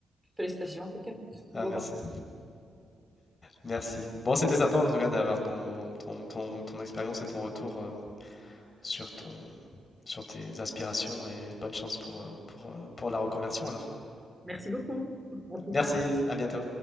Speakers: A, in the centre; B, on the left.
A: Félicitations en tout cas.
B: Ah
A: Beau
B: merci,
A: parcours.
B: merci. Bon, c'était sympa en tout cas d'avoir ton ton, ton, ton expérience et ton retour euh, sur ton, sur tes aspirations et bonne chance pour, euh, pour, euh, pour la reconversion alors.
A: Merci beaucoup. À plus
B: Merci,
A: tard.
B: à bientôt.